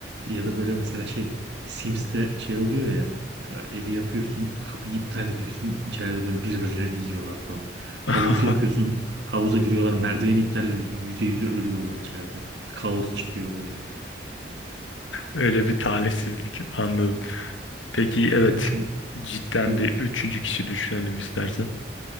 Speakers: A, on the right; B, on the left.
A: Ya da böyle mesela şey Sims'te şey oluyor ya mesela evi yapıyorsun kapıyı iptal ediyorsun içeride böyle birbirlerini yiyorlar falan. Havuzu
B: <laughs>
A: yapıyorsun havuza giriyorlar merdiveni iptal ediyorsun yüze yüze ölüyorlar içeride. Bir kaos çıkıyor böyle.
B: Öyle bir talihsizlik anladım. Peki
A: Aynen
B: evet
A: öyle şu an
B: cidden
A: dur
B: bir üçüncü kişi düşünelim istersen.